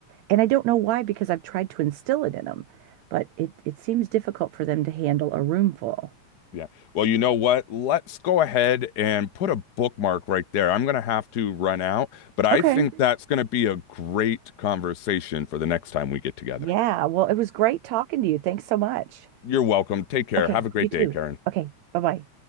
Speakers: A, on the right; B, on the left.
A: And I don't know why, because I've tried to instill it in them, but it, it seems difficult for them to handle a room full.
B: Yeah. Well, you know what? Let's go ahead and put a bookmark right there. I'm going to have to run out, but I
A: Okay.
B: think that's going to be a great conversation for the next time we get together.
A: Yeah. Well, it was great talking to you. Thanks so much.
B: You're welcome. Take care.
A: Okay,
B: Have a great
A: you too.
B: day, Karen.
A: Okay, bye-bye.